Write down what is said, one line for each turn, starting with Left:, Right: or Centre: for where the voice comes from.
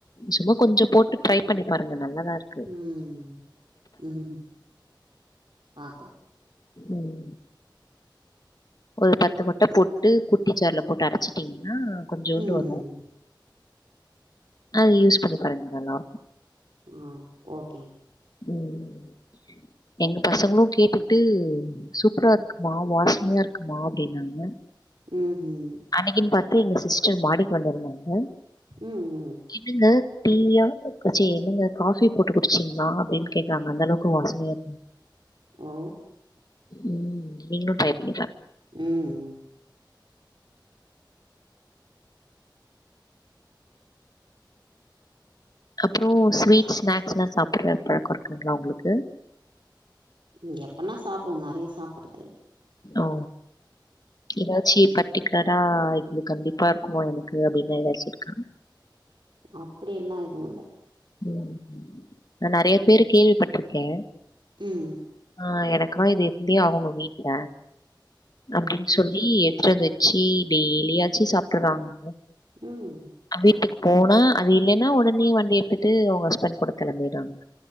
Left: சும்மா கொஞ்ச போட்டு ட்ரை பண்ணி பாருங்க நல்லாதா இருக்
Right: ம் ம் பாக்கலா
Left: ம் ஒரு பத்து கொட்ட போட்டு குட்டி ஜார்ல போட்டு அரச்சு ட்டீங்னா கொஞ்சோண்டு
Right: ம்
Left: வரு அது யூஸ் பண்ணி பாருங்க நல்லா இருக்கு
Right: ஆ ஓகே
Left: ம் எங்க பசங்களு கேட்டுட்டு சூப்பரா இருக்குமா வாசனையா இருக்குமா அப்டின்னாங்க
Right: ம் ஹீம்
Left: அன்னக்கின்னு பாத்து எங்க சிஸ்டர் மாடிக்கு வந்திருந்தாங்க
Right: ம் ம்
Left: என்னங்க டீயா சே என்னங்க காஃபி போட்டு குடிச்சீங்களா அப்டின்னு கேட்டாங்க அந்த அளவுக்கு வாசனையா
Right: ஓ
Left: ம் நீங்களு ட்ரை பண்ணி பார்
Right: ம்
Left: அப்பறோ ஸ்வீட் ஸ்நாக்ஸ்ல்லா சாப்டுற பழக்கோ இருக்குங்களா உங்களுக்கு
Right: இங்க எப்பன்னா சாப்டுவோ நெறைய சாப்புறதுல்ல
Left: ஓ ஏதாச்சி கட் பர்டிகுலரா இது கண்டிப்பா இருக்குமோ எனக்கு அப்டின்னு எதாச்சு இருக்கா
Right: அப்டி எல்லா எதுவு இல்ல
Left: ம் நா நெறைய பேரு கேள்விப்பட்ருக்கே
Right: ம்
Left: ஆ எனக்கா இது இருந்தே ஆகணு வீட்ல அப்டின்னு சொல் லி எட்ற வச்சி டெய்லியாச்சு சாப்ட்டுறாங்க
Right: ம்
Left: வீட்டுக்குப் போனா அது இல்லேனா ஒடனே வண்டி எடுத்துட்டு அவுங்க ஹஸ்பண்ட் கூட கெளம்பிறாங்க